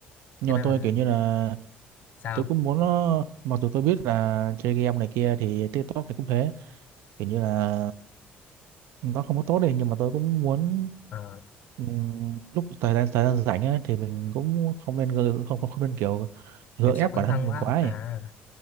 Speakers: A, on the right (about 85°); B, on the left (about 45°).
A: nhưng
B: cho nên
A: mà tôi
B: là
A: kiểu như là
B: sao
A: tôi cũng muốn nó mặc dù tôi biết là chơi game này kia thì TikTok này cũng thế kiểu như là nó không có tốt đi nhưng mà tôi cũng muốn
B: Ờ,
A: ừm, lúc thời gian thời gian rảnh ấy, thì mình cũng không nên gơ- không không, không nên kiểu gượng
B: kiểm soát
A: ép
B: bản
A: bản
B: thân
A: thân mình
B: quá
A: quá ấy
B: à